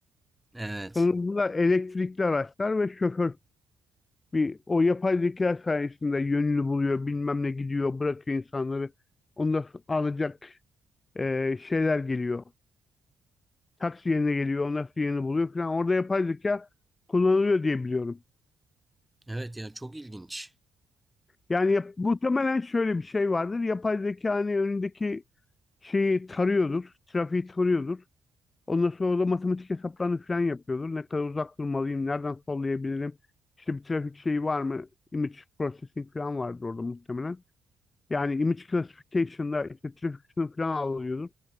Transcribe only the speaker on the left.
Sanırım bunlar elektrikli araçlar ve şoför bir o yapay zeka sayesinde yönünü buluyor, bilmem ne gidiyor, bırakıyor insanları. Ondan sonra alacak e, şeyler geliyor. Taksi yerine geliyor, ondan sonra yerini buluyor falan. Orada yapay zeka kullanılıyor diye biliyorum.
Yani yap- muhtemelen şöyle bir şey vardır. Yapay zeka hani önündeki şeyi tarıyordur, trafiği tarıyordur. Ondan sonra da matematik hesaplarını falan yapıyordur. Ne kadar uzak durmalıyım, nereden sollayabilirim, işte bir trafik şeyi var mı, image processing falan vardır orada muhtemelen. Yani image classification'da işte trafik ışını falan alıyordur.